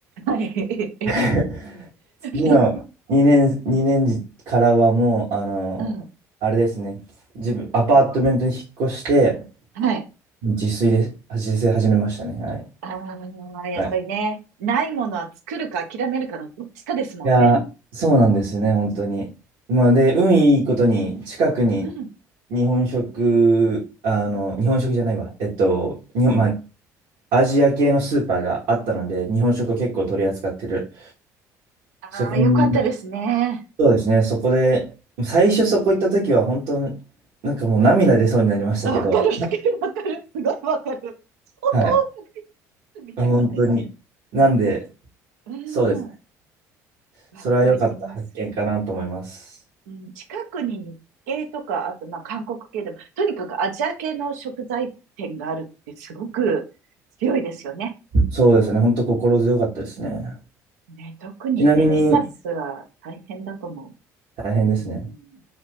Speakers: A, on the right; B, on the right.
A: はい。
B: <laughs> 今、
A: <laughs>
B: 2年、二年時からはもう、あの、
A: うん。
B: あれですね、自分、アパートメントに引っ越して、
A: はい。
B: 自炊で、自炊始めましたね。はい。
A: ああ、やっぱりね、
B: はい。
A: ないものは作るか諦めるかのどっちかですもんね。
B: いやー、そうなんですよね、本当に。まあ、で、運いいことに、近くに
A: うん。
B: 日本食、あの、日本食じゃないわ、えっと、日本、まあ、アジア系のスーパーがあったので、日本食を結構取り扱ってる。
A: ああ、
B: そこに
A: よかったですね。
B: そうですね、そこで、最初そこ行った時は本当に、なんかもう涙出そうになりましたけど、
A: あ、わかる、わかる、わかる。すごいわかる。お豆腐がいつみたいなね。
B: はい、本当に。なんで、
A: うん。
B: そうですね、
A: わかります。
B: それは良かった発見かなと思います。
A: うん、近くに日系とか、あとまあ韓国系でも、とにかくアジア系の食材店があるってすごく強いですよね。
B: そうですね、本当心強かったですね。
A: ね、特にテキサスは大変だと思
B: ちなみに、大変ですね。
A: う。うん。